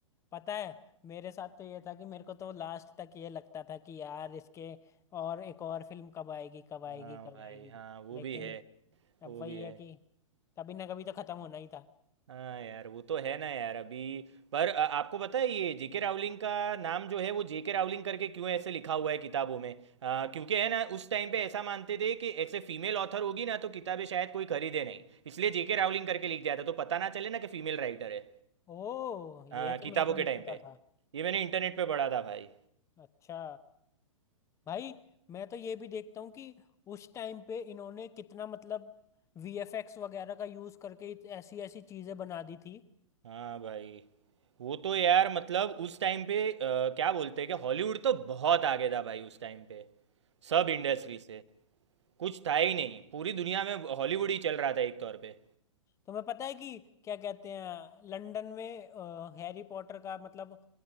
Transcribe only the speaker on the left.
पता है मेरे साथ तो ये था कि मेरे को तो लास्ट तक ये लगता था कि यार इसके और एक और फिल्म कब आएगी कब आएगी
कब
आएगी
लेकिन
अब
वही
है कि कभी ना कभी तो खत्म होना ही था
ओ ये
तो मेरे को
नहीं
पता
था
अच्छा भाई मैं तो ये भी देखता हूँ कि उस टाइम पे इन्होंने कितना मतलब वीएफएक्स वगैरह का यूज करके इत- ऐसी ऐसी चीजें बना दी थी
तुम्हें पता है कि क्या कहते हैं लंदन में हैरी पॉटर का मतलब